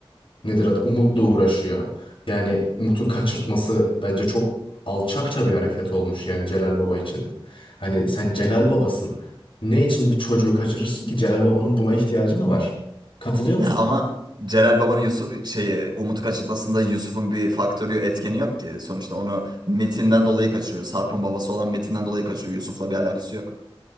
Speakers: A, on the left (about 70°); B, on the right (about 55°).
A: nedir adı Umut'la uğraşıyor. Yani Umut'u kaçırtması bence çok alçakça bir hareket olmuş yani Celal Baba için. Hani sen Celal Babasın. Ne için bir çocuğu kaçırırsın ki Celal Baba'nın buna ihtiyacı mı var? Katılıyor musun?
B: Ya ama Celal Baba'nın Yusuf şeyi Umut'u kaçırmasında Yusuf'un bir faktörü etkeni yok ki. Sonuçta onu Metin'den dolayı kaçırıyor. Sarp'ın babası olan Metin'den dolayı kaçırıyor. Yusuf'la bir alakası yok.